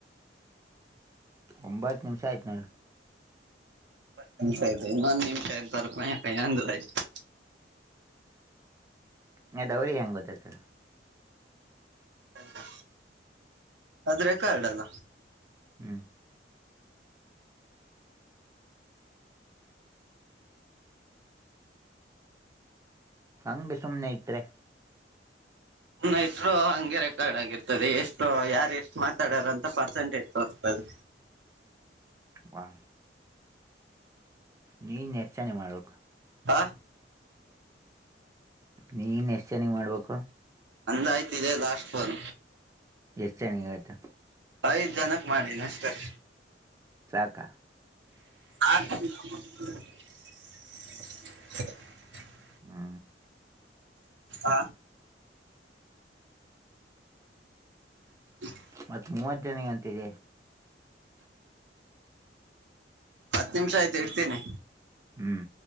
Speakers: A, on the right; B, on the right.
A: ಒಂಬತ್ತು ನಿಮಿಷ ಆಯ್ತು ನ
B: ಪ್ಪತ್ತು ನಿಮಿಷ ಆಯ್ ಇನ್ನಂದ್ ನಿಮಿಷ ಎಂತಪ ಯಕ ಅಂದಯ್ತು
A: ನ ದೌರಿ ಹೆಂಗ್ ಬರ್ತ್
B: ಅ ಆದ ರೆಕಾರ್ಡ್ ಅಲ್ಲ
A: ಹ್ಮ ಹಗೆ ಸುಮ್ನೆ ಇಟ್ರೆ
B: ನೈಟ್ರು ಹಂಗೆ ರೆಕಾರ್ಡ್ ಆಗಿರ್ತದೆ ಎಷ್ಟು ಯಾರು ಎಷ್ಟು ಮಾತಾಡಾರ ಅಂತ ಪರ್ಸೆಂಟೇಜ್ ತೋರಿಸತದೆ
A: ವಾ ನೀನ್ ಹೆಚ್ಚನೆೆ ಮಾಡಕ್
B: ಆ
A: ನೀನ್ ಎಷ್ಟ್ ಚೆನ್ನಾಗ ಮಾಡ್ಬೇಕು
B: ನಂದ ಆಯ್ತದೆ ಇದೆ ಲಾಸ್ಟ್ ಫೋನ್
A: ಎಷ್ಟ ಚೆನ್ನಗ ಆಯ್ತಾ
B: ಐದು ಜನಕ್ ಮಾಡಿನ್ ಅಷ್ಟರ್
A: ಸಾಕಾ
B: ಹ
A: ಹ್ಮ
B: ಹ <inaudible>
A: ಮತ್ತ್ ಮೂವತ್ ಜನ ಅಂತಿದೆ
B: ಹತ್ತು ನಿಮಿಷ ಆಯ್ತು ಇಡ್ತೀನಿ
A: ಹ್ಮ್